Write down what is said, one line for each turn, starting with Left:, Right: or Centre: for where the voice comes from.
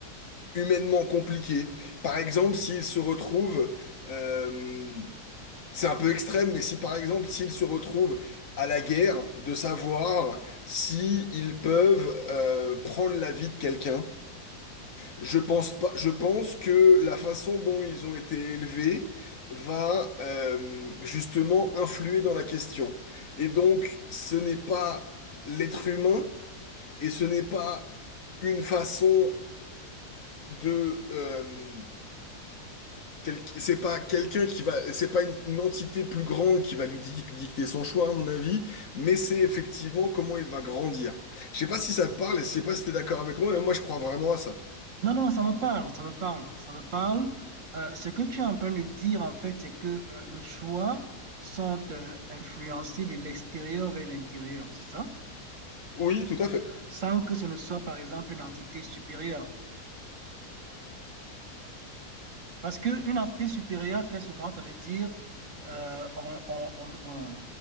Left: humainement compliqué, par exemple s'ils se retrouvent, euh, c'est un peu extrême, mais si par exemple s'ils se retrouvent à la guerre, de savoir si ils peuvent euh, prendre la vie de quelqu'un je pense pas, je pense que la façon dont ils ont été élevés va euh, justement influer dans la question. Et donc, ce n'est pas l'être humain et ce n'est pas une façon de euh, quel- c'est pas quelqu'un qui va, c'est pas une, une entité plus grande qui va lui di- dicter son choix, à mon avis, mais c'est effectivement comment il va grandir. Je sais pas si ça te parle et je sais pas si t'es d'accord avec moi, mais moi je crois vraiment à ça.
Right: Non, non, ça me parle, ça me parle, ça me parle. Euh, ce que tu es en train de dire, en fait, c'est que euh, nos choix sont euh, influencés de l'extérieur vers l'intérieur, c'est ça?
Left: Oui, tout à fait.
Right: Sans que ce ne soit, par exemple, une entité supérieure. Parce qu'une entité supérieure, très souvent, ça veut dire, euh, on- on- on- on-